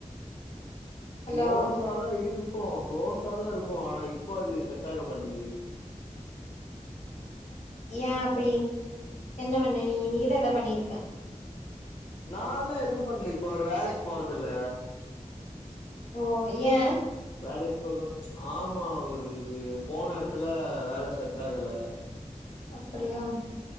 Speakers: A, on the left; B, on the left.
A: ஹலோ
B: குளோஸா தா இருப்போ குளோஸ தா இருப்போ ஆனா இப்போ அது செட் ஆக மாட்டேங்குது
A: ஏ அப்டி என்ன பண்ண நீ நீதா எதா பண்ணிருப்ப
B: நாலா எதுவு பண்ல இப்ப அவரு வேலைக்கு போறதில்ல
A: ஓ ஏ
B: வேலைக்கு போக ஆமா அவருக்கு போன இடத்துல வேலை செட் ஆகல
A: அப்டியா